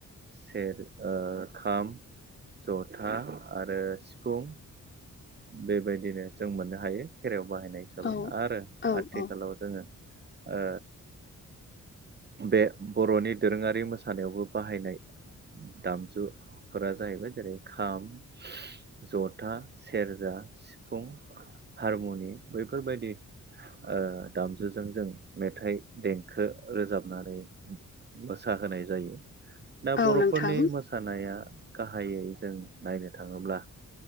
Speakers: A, on the right; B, on the left.
A: सेर ओ खाम जथा आरो सिफुं बेबायदिनो जों मोननो हायो खेरायाव बाहायनाय हिसाबै
B: औ
A: आरो
B: औ
A: आथिखालाव
B: औ
A: जोङो ओ बे बर'नि दोरोङारि मोसानायावबो बाहायनाय दामजु फोरा जाहैबाय जेरै खाम जथा सेरजा सिफुं। हारमनि बैफोरबायदि ओ दामजुजों जों मेथाइ देंखो रोजाबनानै मोसाहोनाय जायो दा
B: औ
A: बर'फोरनि
B: नोंथां
A: मोस सानाया गाहायै जों नायनो थाङोब्ला